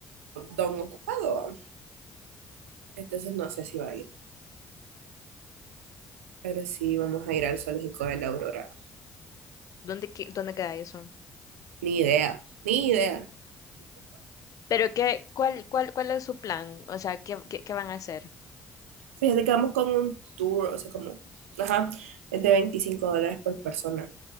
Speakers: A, on the right (about 85°); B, on the left (about 55°).
A: don ocupado, va. entonces no sé si va a ir. Pero sí, vamos a ir al zoológico de la Aurora.
B: ¿Dónde, que- dónde queda eso?
A: Ni idea, ni idea.
B: Pero qué, cuál, cuál, cuál es su plan? O sea, ¿qué, qué, qué van a hacer?
A: Fíjate que vamos con un tour, o sea, como, ajá, es de 25 dólares por persona.